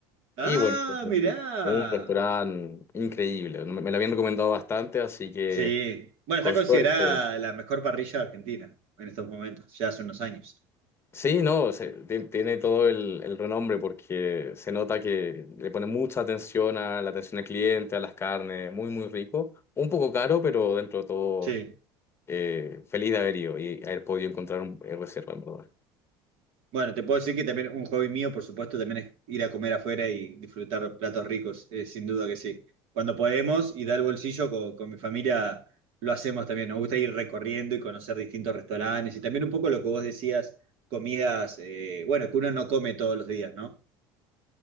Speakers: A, on the right; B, on the left.
A: Ah,
B: y bueno, un,
A: mirá.
B: un restaurante increíble. Me, me lo habían recomendado bastante, así que
A: Sí. Bueno,
B: Con
A: está considerada
B: suerte.
A: la mejor parrilla de Argentina en estos momentos, ya hace unos años.
B: Sí, no, se- tien- tiene todo el, el renombre porque se nota que le pone mucha atención a la atención al cliente, a las carnes, muy, muy rico. Un poco caro, pero dentro de todo,
A: Sí.
B: eh, feliz de haber ido y haber podido encontrar un eh, reserva, en verdad.
A: Bueno, te puedo decir que también un hobby mío, por supuesto, también es ir a comer afuera y disfrutar platos ricos, eh, sin duda que sí. Cuando podemos y da el bolsillo con, con mi familia, lo hacemos también. Nos gusta ir recorriendo y conocer distintos restaurantes y también un poco lo que vos decías, comidas, eh, bueno, que uno no come todos los días, ¿no?